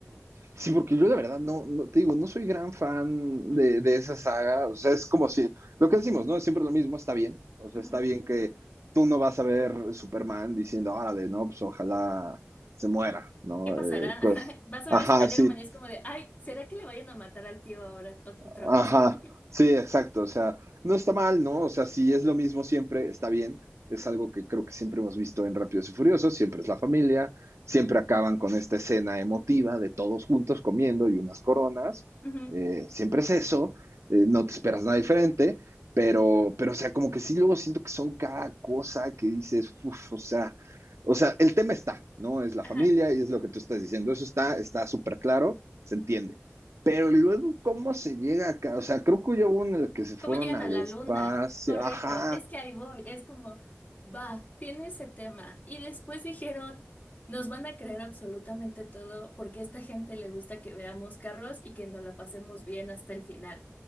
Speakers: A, on the right; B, on the left.
A: Sí, porque yo la verdad no, no- te digo, no soy gran fan
B: Ujú,
A: de, de esa saga. O sea, es como si, lo que decimos, ¿no? Es siempre lo mismo, está bien. O sea,
B: ujú.
A: está bien que tú no vas a ver Superman diciendo, órale, no, pues ojalá se muera, ¿no?
B: ¿Qué pasará?
A: Eh, pues,
B: <laughs> Vas a
A: ajá,
B: ver Spider-Man
A: sí.
B: y es como de, ay, ¿será que le vayan a matar al tío ahora ot- otra
A: Ajá,
B: vez? <laughs>
A: sí, exacto. O sea, no está mal, ¿no? O sea, si es lo mismo siempre, está bien. Es algo que creo que siempre hemos visto en Rápidos y Furiosos, siempre es la familia, siempre acaban con esta escena emotiva de todos juntos comiendo y unas coronas,
B: Ujú,
A: eh, siempre es eso, eh, no te esperas nada diferente, pero, pero, o sea, como que sí, luego siento que son cada cosa que dices, uff, o sea, o sea, el tema está, ¿no? Es la
B: Ajá.
A: familia y es lo que tú estás diciendo, eso está, está súper claro, se entiende. Pero luego, ¿cómo se llega acá? O sea, creo que ya hubo uno en el que se fueron
B: ¿Cómo llegan
A: al
B: a la
A: espacio.
B: luna? Correcto,
A: Ajá.
B: es que ahí voy, es como, va, tiene ese tema. Y después dijeron, nos van a creer absolutamente todo porque a esta gente le gusta que veamos carros y que nos la pasemos bien hasta el final.